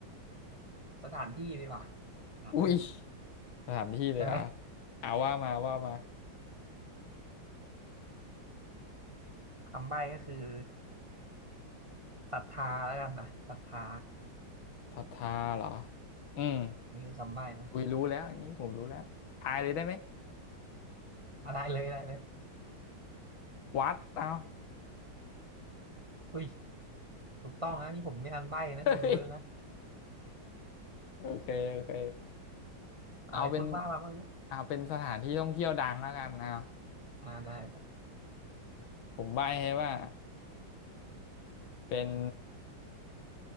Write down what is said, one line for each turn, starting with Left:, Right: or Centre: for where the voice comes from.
Right: สถานที่ดีกว่าสถานที่
Left: อุ้ยสถานที่เลยเหรอ่ะ
Right: ใช่ไหม
Left: อ่าว่ามาว่ามา
Right: คำใบ้ก็คือศรัทธาแล้วกันนะศรัทธา
Left: ศรัทธาเหรออืม
Right: นี่คือคำใบ้นะ
Left: อุ้ยรู้แล้วอันนี้ผมรู้แล้วทายเลยได้ไหม
Right: <laughs> อะไรเลยอะไรเลย
Left: วัดเอา <laughs>
Right: อุ้ยถูกต้องนะนี่ผมไม่ทันใบ้นะคุณรู้แล้วนะ
Left: เฮ้ยโอเคโอเคเอาเป็น
Right: อะไรคุณว่ามาบ้าง
Left: เอาเป็นสถานที่ท่องเที่ยวดังแล้วกันเอา
Right: อ่าได้ได้
Left: ผมใบ้ให้ว่าเป็น